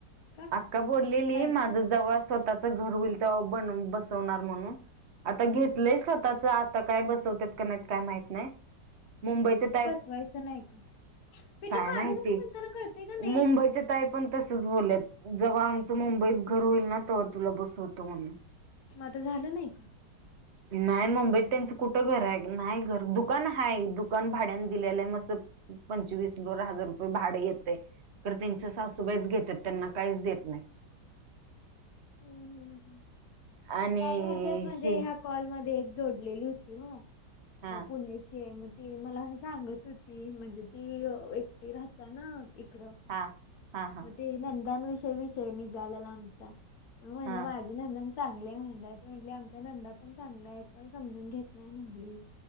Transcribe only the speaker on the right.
अक्का बोललेली
माझं
जव्हा स्वतःच घर होईल- तवा बनुन बसवणार म्हणून. आता घेतलय
स्व - -ताच आता काय बसवत्यात का नाही? काय माहित नाही. मुंबईच्या ताई-
माहिती
मुंबईच्या ताई पण तसच बोलल्यात. जेव्हा आमचं मुंबईत घर होईल ना? तेव्हा तुला बसवतो म्हणून.
नाही मुंबईत त्यांचं कुठं घर आहे? नाही घर दुकान हाय. दुकान भाड्याने दिलेलं आहे मस्- पंचवीस बोरा हजार रुपये भाड येतय. तर त्यांच्या सासूबाईच घेतात. त्यांना काहीच देत नाही.
आणि
हे
हा
हा. हा हा
हा